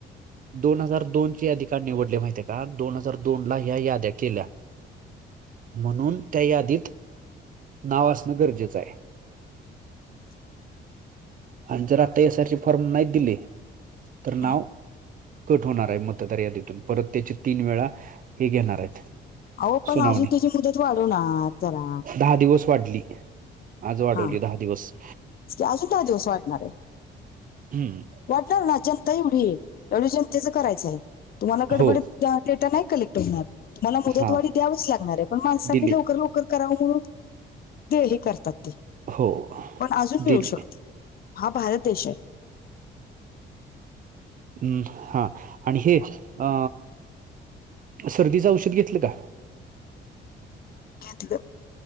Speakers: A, on the right; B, on the left.
A: दोन हजार दोन चे याधिकार निवडले माहिती का दोन हजार दोन ला ह्या याद्या केल्या. म्हणून त्या यादीत. नाव असणं गरजेचं आहे.
B: <inaudible>
A: आणि जर आता यासचे फॉर्म नाही दिले तर
B: आहे
A: नाव. कट होणार आहे मतदार यादीतून परत त्याचे तीन वेळा हे घेणार आहेत.
B: अहो पण
A: सुनावणी
B: अजून त्याची मुदत वाढवणार जरा
A: दहा दिवस वाढली. आज वाढवली
B: हा
A: दहा दिवस.
B: अजून का दिवस वाढणार आहे.
A: हम्म.
B: वाटणार ना जनता एवढी आहे एवढी जनतेचं करायचं आहे तुम्हाला कडबडीत
A: हो
B: देता नाही. कक्ट हो तुम्हाला मुदतवाडी
A: हा
B: द्यावीच लागणार आहे पण माणसांनी
A: दिली
B: लवकर लवकर. क ते ह करतात ते.
A: हो.
B: पण अजून मिळू
A: दिली
B: शकते हा भारत देश आहे. <inaudible>
A: हम् हा आणि हे अ. सर्दीचं औषध घेतलं का.
B: घेतलं.